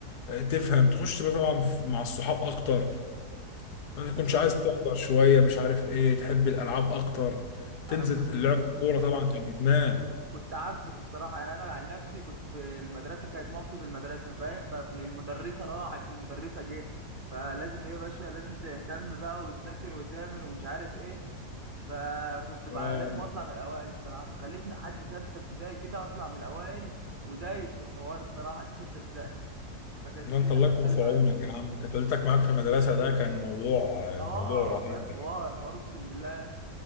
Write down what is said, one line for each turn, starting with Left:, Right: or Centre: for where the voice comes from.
Left: آه، تفهم تخش بقى طبعا في- مع الصحاب اكتر ما تكونش عايز تحضر شويه مش عارف ايه تحب الالعاب اكتر تنزل
Right: انا كنت
Left: اللعب الكوره طبعا كان ادمان
Right: كنت عكسك الصراحه يعني انا عن نفسي كنت في المدرسه كانت مامتي في المدرسه فاهم فابن المدرسه راح ابن المدرسه جه فلازم ايه يا باشا لازم تهتم بقى وتذاكر وتعمل ومش عارف ايه فكنت بقى
Left: آه،
Right: لازم اطلع من الاوائل الصراحه فخلتني لحد سته ابتدائي كده اطلع من الاوائل ودايس في الحوار الصراحه لحد سته ابتدائي فكانت
Left: ده
Right: الدنيا
Left: انت الله
Right: مختلفه
Left: يكون في عونك
Right: عندي
Left: يا عم كانت والدتك معاك في المدرسه ده كان موضوع
Right: اه
Left: موضوع رهيب
Right: فاهم حوار
Left: يعني.
Right: حوار اقسم بالله